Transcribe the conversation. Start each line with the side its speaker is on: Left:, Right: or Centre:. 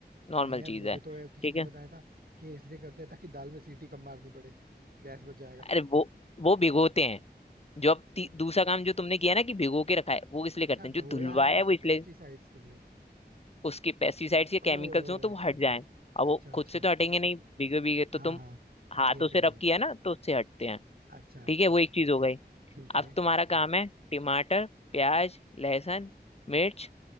Left: नॉर्मल
Right: नहीं यार
Left: चीज
Right: मुझे
Left: है ठीक
Right: तो किसी ने
Left: है
Right: बताया था कि ये इसलिए करते हैं ताकि दाल में सीटी कम मारनी पड़े गैस बच जाएगा
Left: अरे वो वो भिगोते हैं जो अब ती-
Right: तो
Left: दूसरा काम जो तुमने किया ना कि भिगो के रखा है वो इसलिए
Right: अच्छा
Left: करते हैं जो
Right: धोया
Left: धुलवाया
Right: है उसके
Left: है वो इसलिए
Right: पेस्टिसाइड्स के लिए
Left: उसके पेस्टिसाइड्स या केमिकल्स
Right: ओह
Left: हो तो वो
Right: अच्छा
Left: हट जाएं अब वो
Right: अच्छा अच्छा
Left: खुद से तो हटेंगे नहीं भीगे भीगे
Right: हाँ
Left: तो तुम
Right: हाँ
Left: हाथों
Right: ये तो
Left: से
Right: है भाई
Left: रब किया ना तो उससे हटते हैं
Right: अच्छा अच्छा
Left: ठीक है वो एक चीज हो गई
Right: ठीक है
Left: अब तुम्हारा काम है टमाटर प्याज लहसुन मिर्च